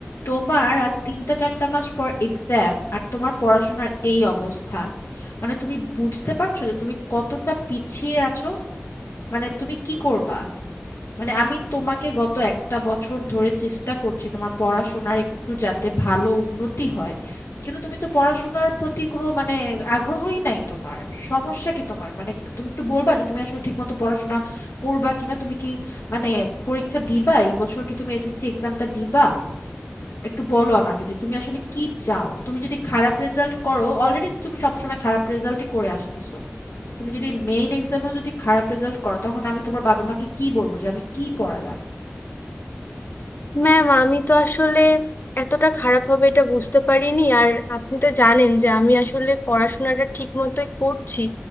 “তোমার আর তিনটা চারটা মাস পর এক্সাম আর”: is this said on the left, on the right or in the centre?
Left